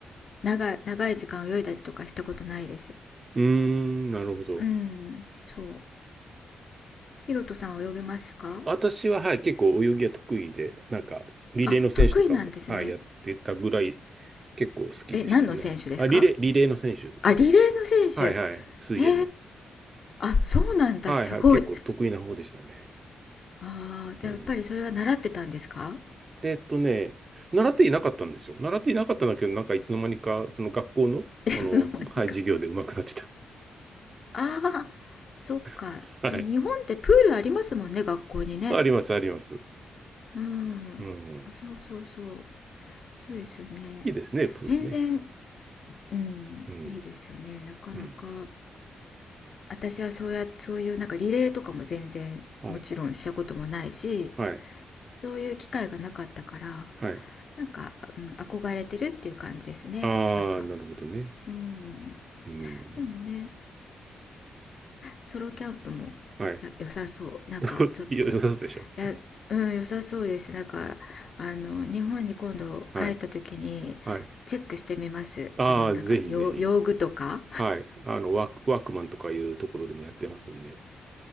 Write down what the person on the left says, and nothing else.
長い、長い時間泳いだりとかしたことないです。
うん、そう。ヒロトさんは泳げますか
あ、得意なんですね。
え、何の選手ですか
あ、リレーの選
手。えー、あ、そうなんだ、
すごい。
ああ、じゃあやっぱりそれは習ってたんですか
いつ <laughs> の間にか。
ああ、そっか。
じゃあ日本ってプールありますもんね、学校にね。
うん。
あ、そうそうそう。そうですよね。
全然、うん、
いいですよね。なかなか。
私はそうや、そういうなんかリレーとかも全然もちろんしたこともないし、
そういう機会がなかったから、
なんか、うん、憧れてるっていう感じですねなんか
うん
でもねソロキャンプも
良さそうなんかちょっと
いやうん良さそうですなんかあの日本に今度帰った時にチェックしてみますそのなんか用用具とか